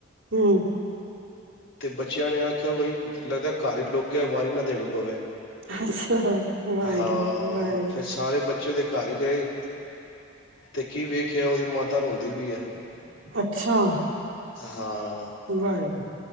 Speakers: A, on the right (about 65°); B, on the left (about 65°).
A: ਹੂ
B: ਤੇ ਬੱਚਿਆਂ ਨੇ ਆਖਿਆ ਬਈ ਲੱਗਦਾ ਘਰ ਹੀ ਲੁਕ ਗਿਆ ਵਾਰੀ ਨਾ ਦੇਣੀ ਪਵੇ
A: ਅੱਛਾ, ਵਾਹਿਗੁਰੂ-
B: ਹਾਂ
A: ਵਾਹਿਗੁਰੂ
B: ਫਿਰ ਸਾਰੇ ਬੱਚੇ ਉਹਦੇ ਘਰ ਗਏ ਤੇ ਕੀ ਵੇਖਿਆ, ਉਹਦੀ ਮਾਤਾ ਰੋਂਦੀ ਪਈ ਏ
A: ਅੱਛਾ,
B: ਹਾਂ
A: ਵਾਹਿਗੁਰੂ